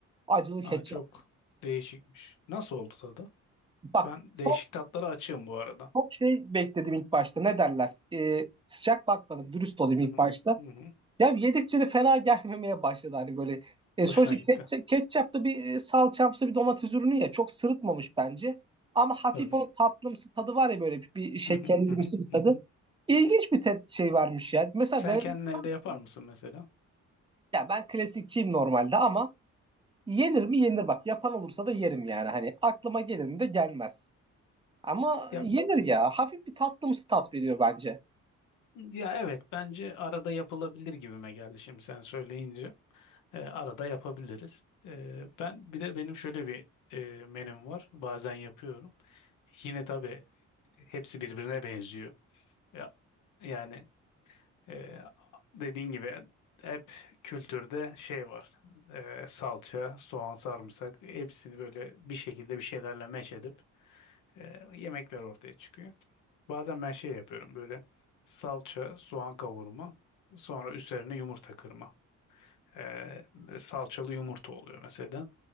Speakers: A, on the right; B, on the left.
A: Acılı ketçap.
B: Aa, çok değişikmiş. Nasıl oldu tadı?
A: Bak
B: Ben
A: çok
B: değişik tatlara açığım bu arada.
A: çok şey bekledim ilk başta. Ne derler? Ee, sıcak bakmadım. Dürüst olayım
B: Hı
A: ilk
B: hı.
A: başta.
B: Hı hı.
A: Ya yedikçe de fena <laughs> gelmemeye başladı hani böyle. E,
B: Hoşuna
A: sonuçta
B: gitti.
A: ketçap, ketçap da bir e, salçamsı bir domates ürünü ya çok sırıtmamış bence. Ama hafif
B: Tabii.
A: o tatlımsı tadı var ya böyle bir, bir şekerlimsi
B: Hı hı. Hı hı.
A: bir tadı.
B: Hı hı.
A: İlginç bir te- şey vermiş ya. Mesela
B: Sen
A: denemek
B: kendin
A: ister
B: evde
A: misin
B: yapar
A: onu?
B: mısın mesela?
A: Ya ben klasikçiyim normalde ama yenir mi yenir bak. Yapan olursa da yerim yani hani aklıma gelir mi de gelmez. Ama
B: Ya,
A: yenir ya. Hafif bir tatlımsı tat veriyor bence.
B: ya evet bence arada yapılabilir gibime geldi şimdi sen söyleyince. E, arada yapabiliriz. E, ben bir de benim şöyle bir e, menüm var. Bazen yapıyorum. Yine tabii hepsi birbirine benziyor. Ya, yani e, dediğin gibi hep kültürde şey var. E, salça, soğan, sarımsak hepsini böyle bir şekilde bir şeylerle meç edip e, yemekler ortaya çıkıyor. Bazen ben şey yapıyorum böyle salça, soğan kavurma, sonra üzerine yumurta kırma. Ee, salçalı yumurta oluyor mesela.